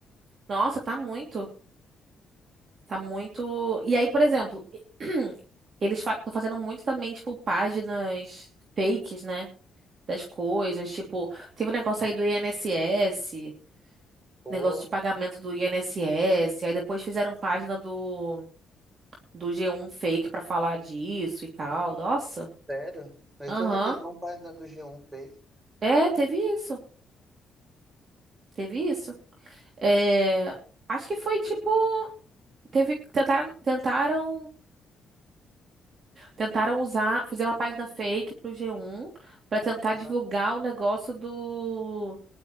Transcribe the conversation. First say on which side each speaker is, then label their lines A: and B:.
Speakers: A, on the right; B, on the right.
A: Nossa, tá muito. Tá muito. E aí, por exemplo, <clears throat> eles estão fazendo muito também, tipo, páginas fakes, né? Das coisas. Tipo, teve um negócio aí do INSS,
B: Pô,
A: negócio de pagamento do INSS. Aí depois fizeram página do, do G1 fake pra falar disso e tal. Nossa.
B: sério? Esse
A: Aham.
B: eu não vi, não, página do G1 fez.
A: É, teve isso. Teve isso. É, acho que foi tipo. Teve, tentaram, tentaram. Tentaram usar, fizeram uma página fake pro G1 pra tentar
B: Aham.
A: divulgar o negócio do.